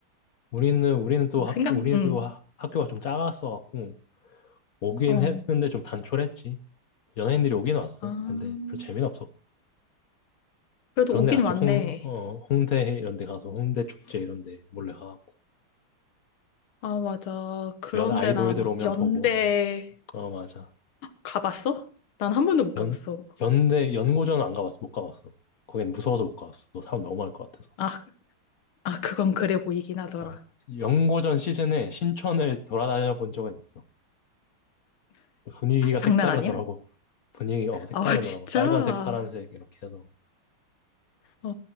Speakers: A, on the left (about 60°); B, on the left (about 80°).
A: 우리는, 우리는 또
B: 뭐
A: 학,
B: 생각,
A: 우리도
B: 응.
A: 학, 학교가 좀 작았어갖고, 오긴
B: 어.
A: 했는데 좀 단촐했지. 연예인들이 오긴 왔어.
B: 아,
A: 근데 별로 재미는 없었고.
B: 그래도
A: 그런데
B: 오긴
A: 같이
B: 왔네.
A: 홍, 어, 홍대 이런 데 가서 홍대 축제 이런 데 몰래 가.
B: 아, 맞아. 그런
A: 연 아이돌들
B: 데나 막
A: 오면
B: 연대
A: 보고. 어, 어, 맞아.
B: 가봤어? 난 한 번도 못 가봤어.
A: 연, 연대, 연고전 안 가봤어. 못 가봤어. 거긴 무서워서 못 가봤어. 너 사람 너무 많을 것 같아서.
B: 아, 아, 그건 그래 보이긴 하더라.
A: 어, 연고전 시즌에 신촌을 돌아다녀 본 적은 있어. 분위기가
B: 장난
A: 색다르더라고.
B: 아니야?
A: 분위기, 어, 색다르더라고.
B: 아, <laughs> 진짜?
A: 빨간색, 파란색, 이렇게 해서.
B: 아,